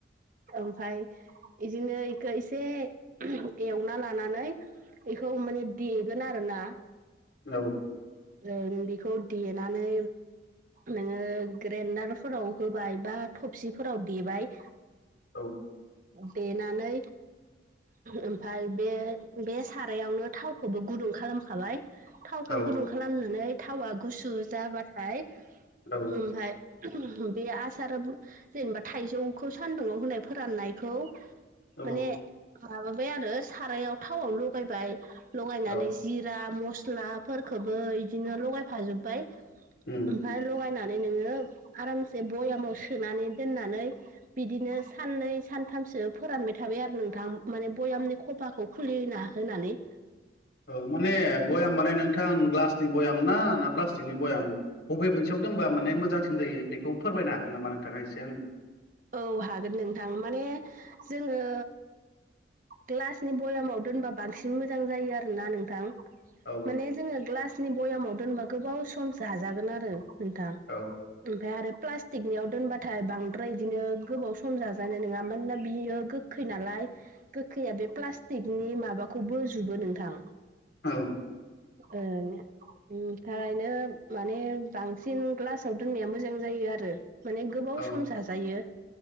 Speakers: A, on the right; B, on the left.
A: ओमफाय इदिनो इखो इसे उम एवना लानानै बेखौ माने देगोन आरो ना।
B: औ।
A: जों बेखौ देनानै नोङो ग्रेन्दारफोराव होबाय बा थबसिफोराव देबाय।
B: औ।
A: देनानै ओमफाय बे बे सारायावनो थावखौबो गुदुं खालामखाबाय। थावखौ
B: औ
A: गुदुं खालामनानै थावा गुसु जाबाथाय
B: औ
A: ओमफाय बे आसार जेनेबा थाइजौखो सान्दुङाव होनाय फोरान्नायखौ
B: औ
A: माने माबाबाय आरो सारायाव थावआव लगायबाय लगायनानै
B: औ
A: जि जिरा मस्ला फोरखोबो इदिनो लगायफाजोब्बाय।
B: उम
A: ओमफाय लगायनानै नोङो आरामसे बयामाव सोनानै दोननानै बिदिनो सान्नै सानथामसो फोरानबाय थाबाय आरो नोंथां माने बयामनि ख फाखौ खुलिना होनानै।
B: ओ माने बयाम माने नोंथां ग्लासनि बयाम ना ना प्लास्टिकनि बयाम। बबे मोनसेयाव दोनबा माने मोजांसिन जायो बेखौ फोरमायनो हागोन नामा नोंथाङा एसे आंनो।
A: औ हागोन नोंथां माने जोङो ग्लासनि बयामाव दोनबा बांसिन मोजां जायो आरोना नोंथां।
B: औ
A: माने जोङो ग्लासनि बयामाव दोनबा गोबाव सम जाजागोन आरो। नोंथां
B: औ
A: ओमफ्राय आरो प्लास्टिकनियाव दोनबाथाय बांद्राय बिदिनो गोबाव सम जाजानाय नोङामोन ना बियो गोखै नालाय गोखैया बे प्लास थिकनि माबाखौ बोजुबो नोंथां।
B: औ
A: ओं उमखायनो माने बांसिन ग्लासाव दोननाया मोजां जायो आरो माने गोबाव
B: औ
A: सम जाजायो।